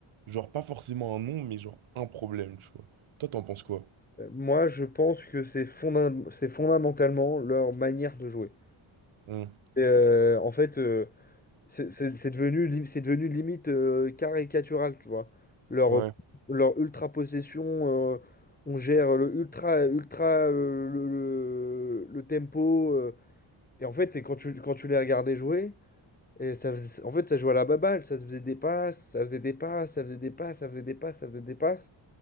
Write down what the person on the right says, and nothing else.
Genre, pas forcément un nom, mais genre un problème, tu vois. Toi, t'en penses quoi?
Hmm,
Ouais,